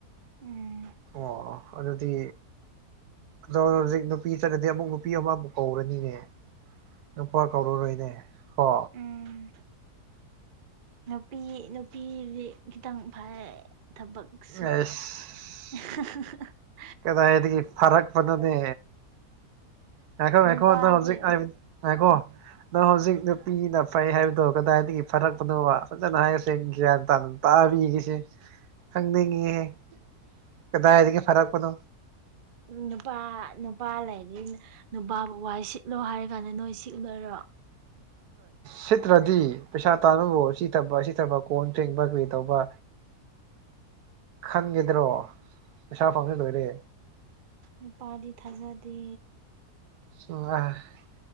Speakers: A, on the right (about 45°); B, on the right (about 75°).
A: ꯎꯝ
B: ꯑꯣ ꯑꯗꯨꯗꯤ ꯑꯗꯣ ꯍꯧꯖꯤꯛ ꯅꯨꯄꯤ ꯆꯠꯂꯗꯤ ꯑꯃꯨꯛ ꯅꯨꯄꯤ ꯑꯃ ꯑꯃꯨꯛ ꯀꯧꯔꯅꯤꯅꯦ꯫ ꯅꯨꯄꯥ ꯀꯧꯔꯨꯔꯣꯏꯅꯦ ꯀꯣ
A: ꯎꯝ ꯅꯨꯄꯤ ꯅꯨꯄꯤꯗꯤ ꯈꯤꯇꯪ ꯐꯩꯌꯦ ꯊꯕꯛ ꯁꯨ꯫
B: ꯑꯩꯁ
A: <unintelligible>
B: ꯀꯗꯥꯏꯗꯒꯤ ꯐꯔꯛꯄꯅꯣꯅꯦ꯫ ꯉꯥꯏꯈꯣ ꯉꯥꯏꯈꯣ
A: ꯅꯨꯄꯥꯗꯤ
B: ꯍꯧꯖꯤꯛ ꯉꯥꯏꯈꯣ ꯅꯪ ꯍꯧꯖꯤꯛ ꯅꯨꯄꯤꯅ ꯐꯩ ꯍꯥꯏꯕꯗꯣ ꯀꯗꯥꯏꯗꯒꯤ ꯐꯔꯛꯄꯅꯣꯕ ꯐꯖꯅ ꯍꯥꯏꯌꯣ ꯁꯦꯡ ꯒ꯭ꯌꯥꯟ ꯇꯥꯅ ꯇꯥꯕꯤꯒꯦꯁꯦ
A: <inaudible>
B: ꯈꯪꯅꯤꯡꯉꯦꯍꯦ ꯀꯗꯥꯏꯗꯒꯤ ꯐꯔꯛꯄꯅꯣ
A: ꯎ ꯅꯨꯄꯥ ꯅꯨꯄꯥ ꯂꯩꯔꯤ ꯅꯨꯄꯥꯕꯨꯕ ꯋꯥ ꯁꯤꯠꯂꯣ ꯍꯥꯏꯔ ꯀꯥꯟꯗ ꯅꯣꯏ ꯁꯤꯠꯒꯗꯣꯏꯔꯣ꯫
B: ꯁꯤꯠꯇ꯭ꯔꯗꯤ ꯄꯩꯁꯥ ꯇꯥꯥꯟꯕꯕꯨ ꯁꯤ ꯊꯕꯛ ꯁꯤ ꯊꯕꯛ ꯀꯣꯟ ꯐꯦꯡꯕ ꯀꯔꯤ ꯇꯧꯕ,
A: <inaudible>
B: ꯈꯟꯒꯗ꯭ꯔꯣ ꯄꯩꯁꯥ ꯐꯪꯉ ꯂꯣꯏꯔꯦ꯫
A: ꯅꯨꯄꯥꯗꯤ ꯊꯥꯖꯗꯦ
B: <unintelligible>